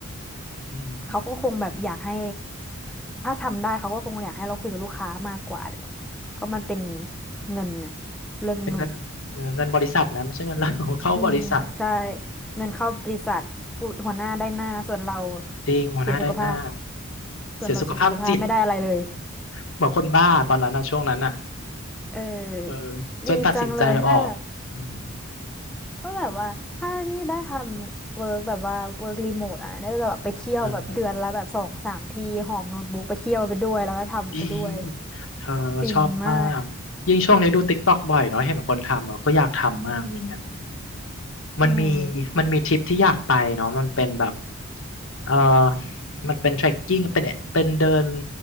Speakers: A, on the left; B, in the centre.
A: ๆอืม
B: เขาก็คงแบบอยากให้ถ้าทำได้เขาก็คงอยากให้เราคุยกับลูกค้ามากกว่าแหละก็มันเป็นเงินนะเรื่องเงิน
A: เป็นเงินเออเงินบริษัทนะ ไม่ใช่เงิน <laughs> เรา <laughs> เข้าบริษัท
B: อืมใช่เงินเข้าบริษัทพูดหัวหน้าได้หน้าส่วนเรา
A: จริงหัวหน้าได้หน้า
B: เสียสุขภาพส่วนเราเสียสุขภาพไม่ได้อะไรเลย
A: เสียสุขภาพจิตเหมือนคนบ้าตอนนั้นนะช่วงนั้นอ่ะ
B: เอ
A: เออ
B: อดีจังเลยถ้าแบบ
A: จนตัดสินใจออกอืม
B: ก็แบบว่าถ้านี่ได้ทำเวิร์กแบบว่าเวิร์กรีโมทอ่ะน่าจะแบบไปเที่ยวแบบเดือนละแบบสองสามที่หอบโน้ตบุ๊กไปเที่ยวไปด้วยแล้วก็ทำไปด้วย
A: เออดีเธอชอบมากยิ่งช่วงนี้ดูติ๊กต็อกบ่อยเนาะเห็นคนทำเราก็อยากทำมากอย่างเงี้ย
B: ฟินมาก
A: มันมี
B: อืม
A: มันมีทริปที่อยากไปเนาะมันเป็นแบบเออมันเป็น trekking เป็นเป็นเดิน